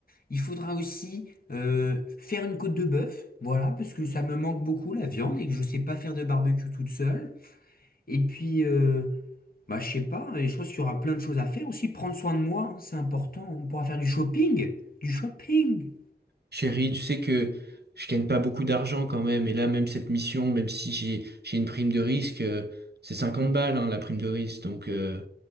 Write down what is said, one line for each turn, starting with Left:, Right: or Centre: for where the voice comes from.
Left: Il faudra aussi euh, faire une côte de bœuf, voilà, parce que ça me manque beaucoup la viande et que je sais pas faire de barbecue toute seule. Et puis, euh, bah, je sais pas, et je pense qu'il y aura plein de choses à faire aussi. Prendre soin de moi, hein, c'est important. On pourra faire du shopping, du shopping.
Right: Chérie, tu sais que je gagne pas beaucoup d'argent quand même. Et là, même cette mission, même si j'ai, j'ai une prime de risque, euh, c'est 50 balles, hein, la prime de risque. Donc, euh,